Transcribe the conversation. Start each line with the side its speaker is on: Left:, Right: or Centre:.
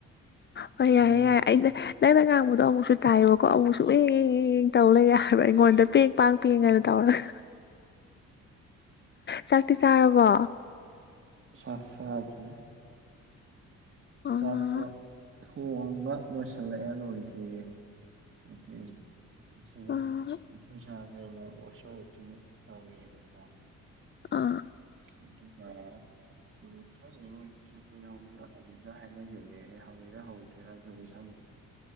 Left: ꯍ ꯌꯥꯏꯌꯦ
Right: ꯍꯩꯔꯨꯝ
Left: ꯌꯥꯏꯌꯦ ꯑꯩꯗ ꯅꯪꯩꯅ ꯉꯥꯡꯕꯗꯣ ꯑꯃꯨꯛꯁꯨ ꯇꯥꯏꯌꯦꯕꯀꯣ ꯑꯃꯨꯛꯁꯨ ꯑꯦꯡ ꯑꯦꯡ ꯇꯧ ꯂꯩꯔꯦ ꯍꯥꯏꯕ ꯑꯩꯉꯣꯟꯗ ꯄꯦꯡ ꯄꯥꯡ ꯄꯦꯡꯒꯅ ꯇꯧꯔꯒ
Right: <inaudible>
Left: ꯆꯥꯛꯇꯤ ꯆꯥꯔꯕꯣ
Right: ꯆꯥꯛ ꯆꯥꯈ꯭ꯔꯦ
Left: ꯑꯣ
Right: ꯆꯥꯛꯇꯣ ꯊꯣꯡꯕ ꯂꯣꯏꯁꯤꯜꯂꯛꯑꯦ ꯂꯣꯏꯗ꯭ꯔꯤꯌꯦ ꯑꯗꯨꯏꯅꯦ ꯑꯁꯤ
Left: ꯑꯣ
Right: ꯁꯥꯥꯁꯦꯅꯁꯕꯇꯤ ꯇꯧꯔꯤꯕꯀꯣ
Left: ꯑꯥ
Right: <unintelligible> ꯎꯝ ꯈꯪꯉꯦ ꯃꯣꯏ ꯆꯆ ꯍꯧꯖꯤꯔ ꯍꯧꯖꯤꯁꯤ꯭ꯔꯥ ꯍꯥꯏꯅꯈꯤꯕꯅꯦ ꯍꯧꯔꯤꯔꯥ ꯍꯧꯗ꯭ꯔꯦꯅ ꯑꯗꯨꯗꯤ ꯈꯪꯗꯦ